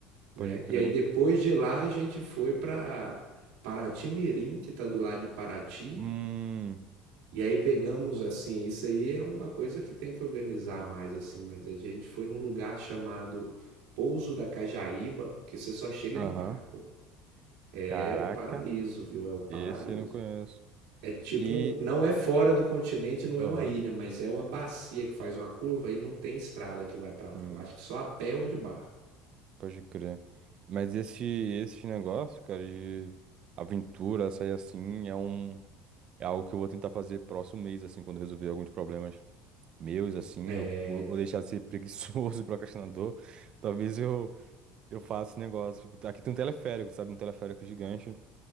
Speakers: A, on the right; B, on the right.
A: né?
B: pode crer.
A: E aí depois de lá a gente foi para Paraty Mirim, que está do lado de Paraty.
B: Hum,
A: E aí pegamos assim, isso aí é uma coisa que tem que organizar mais assim, mas a gente foi num lugar chamado Pouso da Cajaíba, que você só chega
B: aham.
A: de barco. né? É
B: Caraca.
A: o paraíso, viu? É o paraíso.
B: Esse eu não conheço.
A: É tipo,
B: E.
A: um- não é fora do continente, não
B: Aham,
A: é uma ilha, mas é uma bacia que faz uma curva e não tem estrada que vai para lá.
B: sim,
A: Eu acho que só a pé ou de barco.
B: pode crer. Mas esse, esse negócio, cara, de aventura, sair assim, é um. É algo que eu vou tentar fazer próximo mês, assim, quando eu resolver alguns problemas meus, assim,
A: É,
B: ou, ou deixar de ser preguiçoso <laughs> e procrastinador. Talvez eu, eu faça esse negócio. Tipo, aqui tem um teleférico, sabe? Um teleférico gigante,